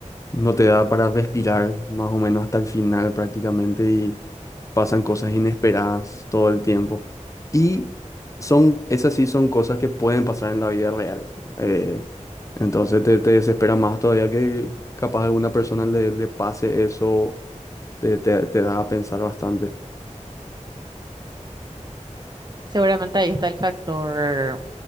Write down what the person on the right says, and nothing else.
Seguramente ahí está el factor.